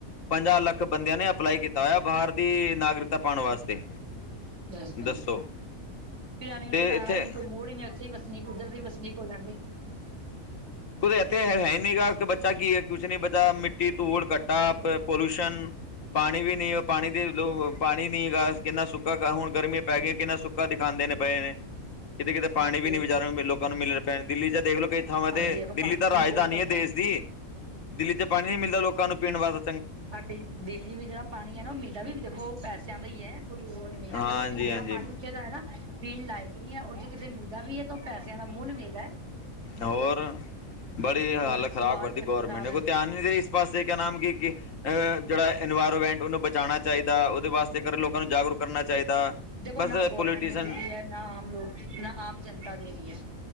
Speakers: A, on the left; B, on the right.
A: ਪੰਜਾਹ ਲੱਖ ਬੰਦਿਆਂ ਨੇ ਅਪਲਾਈ ਕੀਤਾ ਹੋਇਆ ਬਾਹਰ ਦੀ ਨਾਗਰਿਕਤਾ ਪਾਉਣ ਵਾਸਤੇ
B: ਦੱਸ ਦਾਂਗੇ
A: ਦੱਸੋ
B: ਉਹ
A: ਤੇ
B: ਨੂੰ ਡਣਾ
A: ਇੱਥੇ
B: ਹੀ ਨੀ ਕੋਈ ਮੂੜ ਹੀ ਨੀ ਅੱਛੀ ਵਸਨੀਕ ਉਧਰ ਦੀ ਵਸਨੀਕ ਹੋ ਜਾਂਦੀ ਹੈ।
A: ਕਿਉਂਕਿ ਇੱਥੇ ਹੈ ਨੀ ਗਾ ਕਿ ਬੱਚਾ ਕੀ ਹੈ। ਕੁਛ ਨਹੀਂ ਪਤਾ ਮਿੱਟੀ ਧੂੜ ਕੱਟਾ ਆਪ ਪੋਲਊਸ਼ਨ ਪਾਣੀ ਵੀ ਨਹੀਂ ਪਾਣੀ ਦੇ ਲੋ ਪਾਣੀ ਨੀ ਹੈਗਾ ਕਿੰਨਾ ਸੁੱਕਾ ਹੁਣ ਗਰਮੀਆਂ ਪੈ ਗਈਆਂ ਕਿੰਨਾ ਸੁੱਕਾ ਦਿਖਾਂਦੇ ਨੇ ਪਏ ਨੇ ਕਿਤੇ ਕਿਤੇ ਪਾਣੀ
B: ਹਾਂਜੀ
A: ਵੀ ਨੀ
B: ਇਹ
A: ਬਾਜ਼ਾਰਾਂ
B: ਤਾਂ ਹੈ
A: ਲੋਕਾਂ ਨੂੰ ਮਿਲਣੇ ਪੈਣ ਦਿੱਲੀ ਚ ਦੇਖਲੋ ਕਈ ਥਾਵਾਂ
B: ਹਾਂਜੀ
A: ਤੇ
B: ਦੇਖੋ
A: ਦਿੱਲੀ
B: ਪਾਣੀ
A: ਤਾਂ ਰਾਜਧਾਨੀ
B: ਵੀ ਬਹੁਤ ਘੱਟ
A: ਹੈ ਦੇਸ਼ ਦੀ ਦਿੱਲੀ ਚ ਪਾਣੀ ਨੀ ਮਿਲਦਾ ਲੋਕਾਂ ਨੂੰ ਪੀਣ ਵਾਲਾ
B: ਆਟੇ ਦਿੱਲੀ ਵੀ ਜਿਹੜਾ ਪਾਣੀ ਹੈ ਨਾ ਉਹ ਮਿਲਦਾ ਵੀ ਦੇਖੋ ਉਹ ਪੈਸਿਆਂ ਦਾ ਹੀ ਹੈ ਕੋਈ ਹੋਰ ਮਿਲਦਾ
A: ਹਾਂਜੀ
B: ਦੇਖੋ <unintelligible>
A: ਹਾਂਜੀ
B: ਪਾਣੀ <unintelligible> ਲਾਇਕ ਨਹੀਂ ਹੈ। ਉਹ ਜੇ ਕਿਤੇ ਮਿਲਦਾ ਵੀ ਹੈ ਤਾਂ ਉਹ ਪੈਸਿਆਂ ਦਾ ਮੁੂੱਲ ਮੇਰਾ ਹੈ।
A: ਹੋਰ ਬੜੀ ਹਾਲਤ
B: ਔਰ ਸਵਾਦ
A: ਖ਼ਰਾਬ ਕਰਦੀ
B: ਹੀ ਦੇਖੋ
A: ਗੌਰਰਮੈਂਟ
B: ਖ਼ਰਾਬ
A: ਨੇ
B: ਹੈ।
A: ਕੋਈ ਧਿਆਨ ਨੀ ਰੀਸ ਵਾਸਤੇ ਕਹਿਣਾ ਕਿ, ਕਿ ਅਹ ਜਿਹੜਾ ਇਨਵਾਇਰਮੈਂਟ ਉਹਨੂੰ ਬਚਾਣਾ ਚਾਹੀਦਾ। ਉਹਦੇ ਵਾਸਤੇ ਅਗਰ ਲੋਕਾਂ ਨੂੰ ਜਾਗਰੂਕ ਕਰਨਾ ਚਾਹੀਦਾ। ਬਸ
B: ਉਨਾਂ ਗੌਰਮੈਂਟ
A: ਪੋਲੀਟੀਸ਼ਨ
B: ਦਿੱਤੀ ਹੈ ਨਾ ਆਮ ਲੋਕ ਨਾ ਆਮ ਜਨਤਾ ਦੇ ਰਹੀ ਹੈ